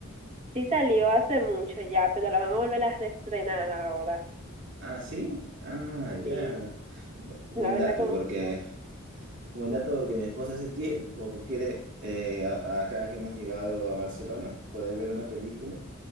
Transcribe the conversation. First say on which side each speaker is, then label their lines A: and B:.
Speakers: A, on the right; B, on the right.
A: Sí salió hace mucho ya, pero la van a volver a reestrenar ahora.
B: Ah, sí. Ah, ya.
A: Sí,
B: Bu- Buen
A: la verdad
B: dato,
A: que mucho.
B: porque buen dato porque mi esposa hace tiempo que quiere eh, a- acá que hemos llegado a Barcelona poder ver una película